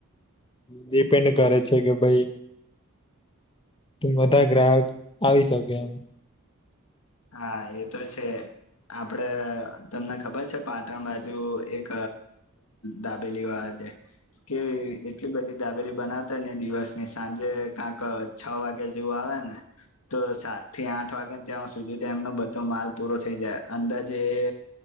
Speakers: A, on the left; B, on the left.
A: ડિપેન્ડ કરે છે કે ભઈ તું બધા ગ્રાહક આવી શકે એમ
B: હા એ તો છે આપ પડે તમને ખબર છે. પાટણ બાજુ એક દાબેલી વાળા છે, કે એટલી બધી દાબેલી બનાવતા ને દિવસ ને સાંજે કાક છ વાગ કે જેવું આવે ને તો સારું. થી આઠ વાગ્યા ત્યાં. સુધી તો એમનો બધો માલ પૂરો થઈ જાય અંદાજે એ